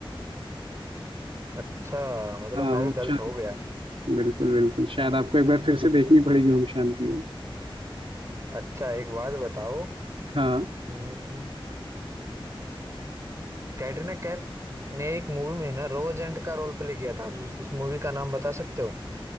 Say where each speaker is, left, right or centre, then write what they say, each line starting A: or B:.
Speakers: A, on the right; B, on the right.
A: अच्छा मतलब
B: हाँ
A: मैं
B: ओम
A: भी गलत
B: शांति
A: हो गया
B: बिल्कुल बिल्कुल शायद आपको एक बार फिर से देखनी पड़ेगी ओम शांति ओम
A: अच्छा एक बात बताओ
B: हाँ
A: हम्म, कैटरीना कैफ ने एक मूवी में ना रोजेंट का रोल प्ले किया था उस मूवी का नाम बता सकते हो